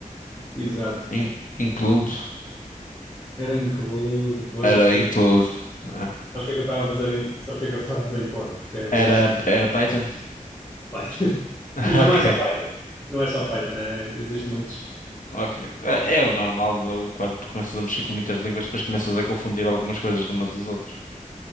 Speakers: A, on the left (about 15°); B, on the left (about 70°).
A: Exato.
B: In- include.
A: Era include depois,
B: Era
A: porque
B: include. Ah.
A: sabes o que é que eu estava a fazer em, sabes o que é que eu estava a fazer em Porto? Porque é de
B: Era, era Python?
A: é Python. <laughs>
B: <laughs>
A: E- Mas
B: Ok.
A: não é só Python. Não é só Python, né? Existem muitos.
B: Ok. É é o normal, do- quando tu começas a mexer com muitas línguas, depois começas a confundir algumas coisas de umas das outras.